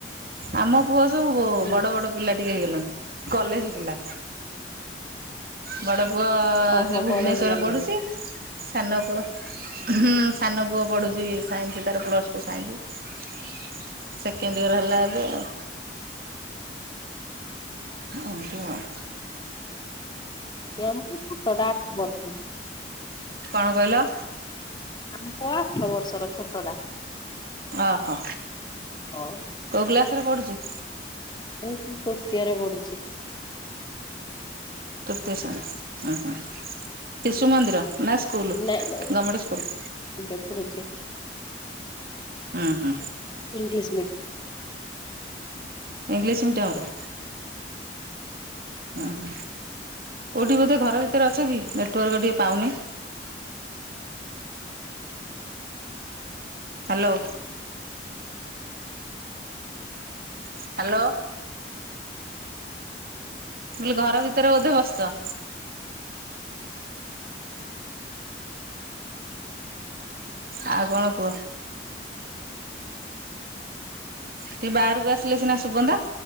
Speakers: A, on the right; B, on the left.
A: ଆମ ପୁଅ ସବୁ
B: ହୁଁ
A: ବଡ ବଡ ପିଲା ଟିକେ ହେଇଗଲାଣି କଲେଜ ପିଲା। ବଡ଼ ପୁଅ
B: ଓହୋ
A: ସେ ଭୁବନେଶ୍ଵରରେ
B: ବଡ ହେଇଗଲେଣି
A: ପଢୁଛି ସାନ ପୁଅ ହୁଁ ସାନ ପୁଅ ପଢୁଛି ସାଇନ୍ସ ତାର plus two science second year ହେଲା ଏବେ ଆଉ। ଏମିତି ଆଉ।
B: ଏ ଆମ <unintelligible>
A: କଣ କହିଲ?
B: ଆମ ପୁଅ ଆଠ ବର୍ଷର ଛୋଟ ଟା।
A: ଓହୋ
B: ହଉ
A: କୋଉ କ୍ଲାସରେ ପଢ଼ୁଛି?
B: ଏ ତୃତୀୟରେ ବଢୁଚି।
A: ତୃତୀୟ ଶ୍ରେଣୀ ଉ ହୁଁ ଶିଶୁ ମନ୍ଦିର ନା ସ୍କୁଲ
B: ନାଇଁ
A: ଗମେଣ୍ଟ ସ୍କୁଲ?
B: <unintelligible>
A: ଉ ହୁଁ।
B: ଇଂଲିଶ ମିଡି
A: ଇଂଲିଶ ମିଡ଼ିୟମରେ? ଉ ହୁଁ କୋଉଠି ବୋଧେ ଘର ଭିତରେ ଅଛ କି ନେଟୱାର୍କ ଟିକେ ପାଉନି? ହାଲୋ। ହ୍ୟାଲୋ। ମୁଁ କହିଲି ଘର ଭିତରେ ବୋଧେ ବସଚ? ଆଉ କଣ କୁହ। ଟିକେ ବାହାରକୁ ଆସିଲେ ସିନା ସୁବନ୍ତା।